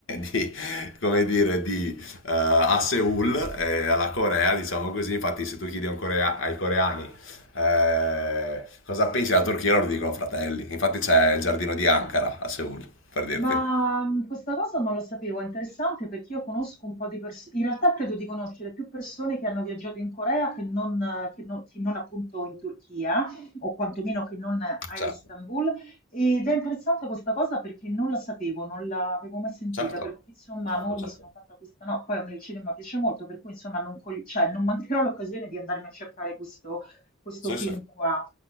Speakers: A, on the left (about 70°); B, on the left (about 45°).
A: <laughs> di, come dire, di, eh, a Seoul e alla Corea, diciamo così, infatti se tu chiedi a un corea- ai coreani eh, cosa pensi della Turchia, loro dicono fratelli, infatti c'è il giardino di Ankara a Seoul, per dirti.
B: Ma mh, questa cosa non la sapevo, è interessante perché io conosco un po' di persone, in realtà credo di conoscere più persone che hanno viaggiato in Corea che non, eh, che non- che non appunto in Turchia o quantomeno che non a
A: Certo,
B: Istanbul ed è interessante questa cosa perché non la sapevo, non l'avevo mai sentita,
A: certo,
B: per cui insomma
A: certo,
B: mo
A: certo.
B: mi sono fatta questa, no, poi a me il cinema piace molto, per cui insomma non, col- cioè, non mancherò l'occasione di andarmi a cercare questo questo
A: Sì,
B: film
A: sì.
B: qua.